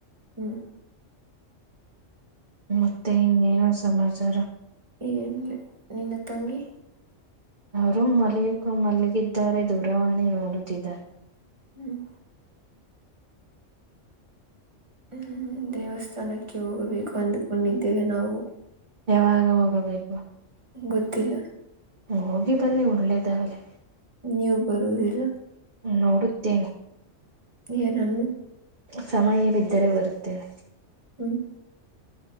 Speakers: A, on the right (about 25°); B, on the right (about 40°).
A: ಹ್ಮ್
B: ಮತ್ತೆ ಇನ್ನೇನೋ ಸಮಾಚಾರ
A: ಏನ್ ಇಲ್ಲೇ ನಿನ್ನ ತಂಗಿ
B: ಅವರು ಮಲಿ ಮಲ್ಲಿಗಿದ್ದಾರೆ ದೂರವಾಣಿ ನೋಡುತ್ತಿದ್ದಾರೆ.
A: ಹ್ಮ್ ಹ್ಮ್ ದೇವಸ್ಥಾನಕ್ಕೆ ಹೋಗಬೇಕು ಅಂದ್ಕೊಂಡಿದ್ದೇವೆ ನಾವು.
B: ಯಾವಾಗ ಹೋಗಬೇಕು.
A: ಗೊತ್ತಿಲ್ಲ
B: ಹೋಗಿ ಬನ್ನಿ ಒಳ್ಳೇದಾಗಲಿ.
A: ನೀವು ಬರುದಿಲ್ಲ
B: ನೋಡುತ್ತೇನೆ.
A: ಏನನ್ನು
B: ಸಮಯವಿದ್ದರೆ ಬರುತ್ತೇನೆ.
A: ಹ್ಮ್